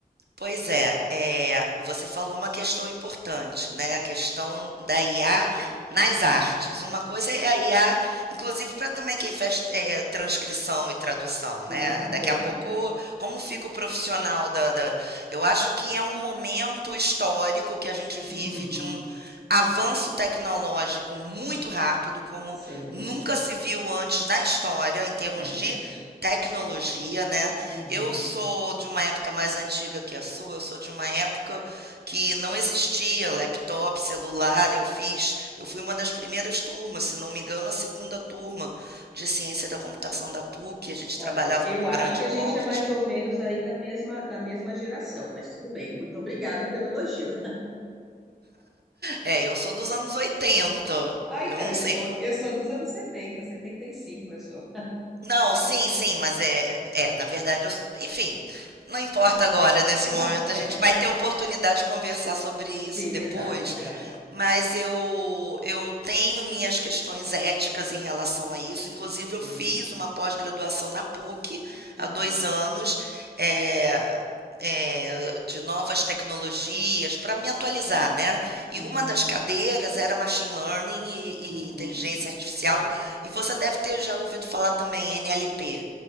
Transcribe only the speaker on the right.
Pois é, é, você falou uma questão importante, né? A questão da IA nas artes. Uma coisa é a IA, inclusive para também quem faz é, transcrição e tradução,
né? Daqui
a pouco, como fica o profissional da, da. Eu acho que é um momento histórico que a gente vive
de um avanço tecnológico muito rápido, como
nunca se viu antes na história, em termos
de
tecnologia, né?
Eu sou de uma época mais antiga que a sua, eu sou de uma época que não existia laptop, celular. Eu fiz, eu fui uma das primeiras turmas, se não me engano, a segunda turma de ciência da computação da PUC. A gente
trabalhava
com
grande
porte.
<laughs>
É, eu sou dos anos 80.
Eu
não
sei,
Não, sim, sim, mas é, é, na verdade, eu- enfim, não importa agora, nesse
momento,
a gente vai ter oportunidade de conversar sobre isso
depois,
mas eu, eu tenho minhas questões éticas em relação a isso, inclusive
eu fiz uma pós-graduação na PUC
há dois anos, é, é, de novas tecnologias para me atualizar, né? E
uma das cadeiras era machine learning e,
e inteligência artificial, e você deve ter já ouvido falar também NLP,